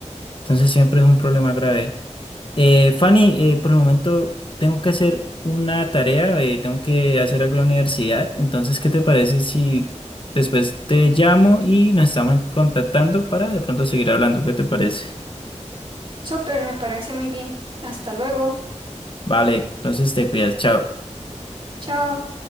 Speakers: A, on the left; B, on the right.
A: Entonces siempre es un problema grave. Eh, Fanny, eh, por el momento tengo que hacer una tarea, eh, tengo que hacer algo en la universidad, entonces, ¿qué te parece si después te llamo y nos estamos contactando para de pronto seguir hablando? ¿Qué te parece?
B: súper, me parece muy bien. Hasta luego.
A: Vale, entonces te cuidas, chao.
B: Chao.